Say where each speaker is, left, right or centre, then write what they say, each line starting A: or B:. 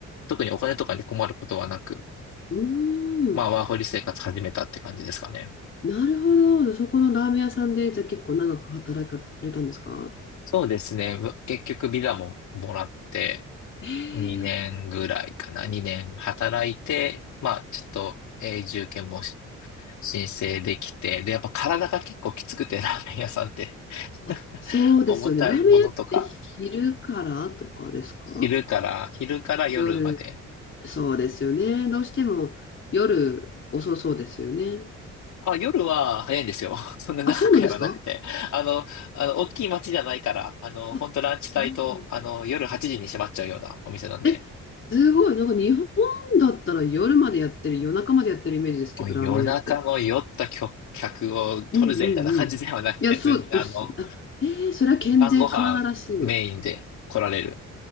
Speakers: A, on the left (about 70°); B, on the left (about 40°).
A: 特にお金とかに困ることはなく、
B: うん。
A: まあ、
B: うーん、
A: ワーホリ生活始めたって感じですかね。
B: なるほど。そこのラーメン屋さんで、じゃあ結構長く働かれたんですか
A: そうですね。ぶ結局ビザももらって
B: ええ
A: 2年ぐらいかな。2年働いて、まあちょっと永住権もし申請できて、で、やっぱ体が結構きつくて、ラーメン屋さんって。
B: あ、そうですよね。
A: <laughs> 重たいものとか、
B: ラーメン屋って昼からとかですか
A: 昼から、昼から夜まで。
B: 夜、そうですよね。どうしても夜遅そうですよね。
A: あ、夜は早いんですよ。<laughs> そんな長くやらなくて。
B: あ、そうなんですか
A: あの、あの、大きい街じゃないから、あの、
B: あ、
A: 本当ランチ帯と、
B: そうなんだ。
A: あの、夜8時に閉まっちゃうようなお店なんで。
B: え、すごい。なんか日本だったら夜までやってる、夜中までやってるイメージですけど、
A: もう夜中の酔った客客を取るぜみたいな感じではなくて、
B: ラーメン屋って。うんうんうん。いや、そうです。
A: 全然あの、
B: あ、えー、それは健全カナダらしい。
A: 晩ご飯メインで来られる